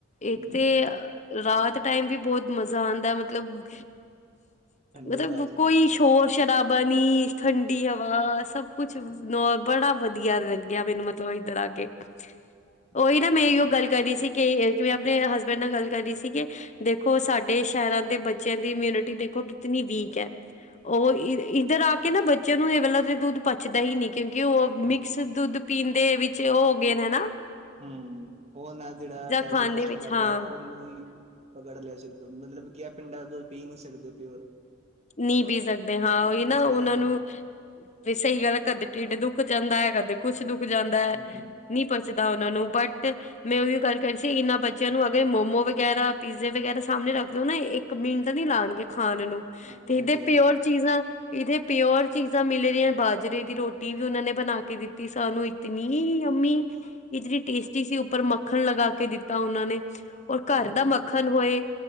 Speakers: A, on the right; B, on the left.
A: ਹੂੰ
B: ਇਕ ਤੇ ਰਾਤ ਟਾਈਮ ਵੀ ਬਹੁਤ ਮਜ਼ਾ ਆਉਦਾ, ਮਤ ਮਤਲਬ,
A: ਠੰਡੀ
B: ਮਤਲਬ
A: ਹਵਾ ਚੱਲਦੀ
B: ਕੋਈ
A: ਹੈ
B: ਸ਼ੋਰ- ਸ਼ਰਾਬਾ ਨੀ, ਠੰਡੀ ਹਵਾ ਸਭ ਕੁਛ ਬੜਾ ਵਧੀਆ ਲੱਗਿਆ ਮੈਨੂੰ, ਮਤਲਬ ਲ ਇੱਧਰ ਆਕੇ। <unintelligible>
A: <inaudible> <inaudible>
B: ਉਹੀ ਨਾ ਮੈ,
A: ਹਾਂਜੀ
B: ਉਹ ਗੱਲ ਕਰ ਰਹੀ ਸੀ ਕਿ ਕਿਵੇੈ ਆਪਣੇ ਹਸਬੈਂਡ ਨਾਲ ਗੱਲ ਕਰ ਰੀ ਸੀਗੀ, ਦੇਖੋ ਦੇਖੋ, ਸਾਡੇ ਸ਼ਹਿਰਾਂ ਦੇ ਬੱਚਿਆਂ ਦੀ ਇਮਿਊਨਿਟੀ ਦੇਖੋ ਕਿਤਨੀ ਵੀਕ ਹੈ। ਉਹ ਇਧਰ ਆ ਕੇ ਨਾ ਬੱਚਿਆਂ ਨੂੰ, ਇਹ ਵਾਲਾ ਤੇ ਦੁਧ ਪਚਦਾ ਹੀ ਨੀ ਕਿਉਕਿ ਉਹ
A: ਹਾਂ।
B: ਮਿਕਸ ਦੁੱਧ ਪੀਣ ਦੇ ਵਿਚ, ਉਹ ਹੋ ਗਏ ਨੇ ਹਨਾ
A: ਹੂੰ, ਉਹ ਨਾ ਜਿਹੜਾ ਡਾਇਜਸ
B: ਖਾਣ
A: ਸਿਸਟਮ
B: ਦੇ ਵਿੱਚ
A: ਹੈਗਾ,
B: ਹਾਂ
A: ਉਹਨੂੰ ਪਕੜ ਲਿਆ ਸਿਰਫ, ਮਤਲਬ ਕੀ ਪਿੰਡਾਂ ਦਾ ਦੁਧ ਪੀ ਨੀ ਸਕਦੇ ਪਿਓਰ
B: ਨਹੀਂ ਪੀ ਸਕਦੇ ਹਾਂ, ਉਹੀ ਨਾ
A: ਬਚਦਾ
B: ਉਹਨਾਂ
A: ਹੀ ਨਹੀਂ
B: ਨੂੰ ਵੀ ਸਹੀ ਗੱਲ ਹੈ, ਕਦੇ ਢਿੱਡ ਦੁੱਖ ਜਾਂਦਾ ਹੈ ਕਦੇ ਕੁੱਛ ਦੁੱਖ ਜਾਂਦਾ ਹੈ।
A: ਹੂੰ
B: ਨਹੀਂ ਪਚਦਾ ਉਹਨਾਂ ਨੂੰ, ਬਟ ਮੈਂ ਉਹੀ ਗੱਲ ਕਰੀ ਸੀ, ਇਹਨਾਂ ਬੱਚਿਆਂ ਨੂੰ ਅਗੇਰ ਮੋਮੋ ਵਗੈਰਾ ਪੀਜ਼ੇ ਵਗੈਰਾ, ਸਾਹਮਣੇ ਰੱਖਦੇ ਹੋ ਨਾ ਇੱਕ ਮਿੰਟ ਨੀ ਲਾਉਣਗੇ ਖਾਣ ਨੂੰ
A: ਹਾਂ ਉਹ
B: ਤੇ ਇਹਦੇ
A: ਹੈ
B: ਪਿਓਰ ਚੀਜ਼ਾਂ ਇਥੇ ਪਿਓਰ ਚੀਜ਼ਾਂ ਮਿਲ ਰਹੀਆਂ, ਬਾਜ਼ਰੇ ਦੀ ਰੋਟੀ ਵੀ ਉਹਨਾਂ ਨੇ ਬਣਾ ਕੇ ਦਿੱਤੀ ਸਾਨੂੰ ਇੰਨੀ ਯੰਮੀਂ, ਇਤਨੀ ਟੇਸਟੀ ਸੀ ਉੱਪਰ ਮੱਖਣ ਲਗਾ ਕੇ ਦਿੱਤਾ ਉਹਨਾਂ ਨੇ। ਔਰ ਘਰ
A: ਹਾਂਜੀ
B: ਦਾ ਮੱਖਣ
A: ਹਾਂਜੀ
B: ਹੋਏ,